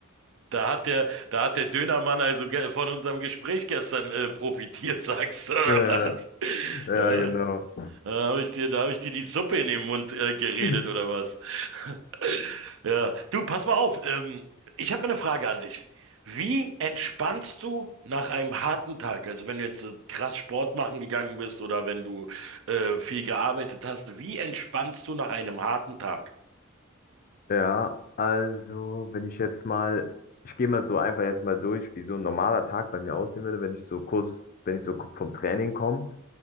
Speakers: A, on the right (about 65°); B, on the left (about 45°).
A: Da hat der, da hat der Dönermann also ge- von unserem Gespräch gestern äh, profitiert, <laughs> sagst du, oder
B: Ja,
A: was? <laughs>
B: ja,
A: Ja.
B: genau.
A: Da habe ich dir, da habe ich dir die Suppe in den Mund äh, geredet
B: <laughs>
A: oder was? <laughs> Ja, du, pass mal auf. Ähm, ich habe mal eine Frage an dich. Wie entspannst du nach einem harten Tag? Also wenn du jetzt äh, krass Sport machen gegangen bist oder wenn du äh, viel gearbeitet hast, wie entspannst du nach einem harten Tag?
B: Ja, also wenn ich jetzt mal, ich gehe mal so einfach jetzt mal durch, wie so ein normaler Tag bei mir aussehen würde, wenn ich so kurz, wenn ich so vom Training komme.